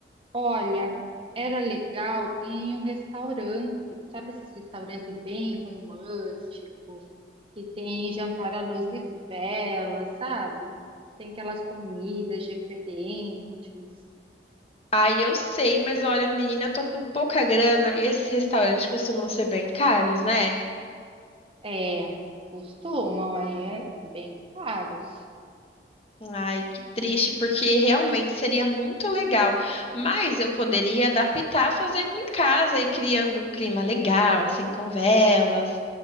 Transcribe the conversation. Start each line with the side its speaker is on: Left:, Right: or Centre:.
Right: Olha, era legal ir em um restaurante, sabe esse restaurante bem romântico, que tem jantar à luz de vela, sabe? Tem aquelas comidas diferentes.
Left: Ai, eu sei, mas olha, menina, eu tô com pouca grana e esses restaurantes costumam ser bem caros, né?
Right: É, costumam, é bem caros.
Left: Ai, que triste, porque realmente seria muito legal. Mas eu poderia adaptar fazendo em casa e criando um clima legal, assim, com velas.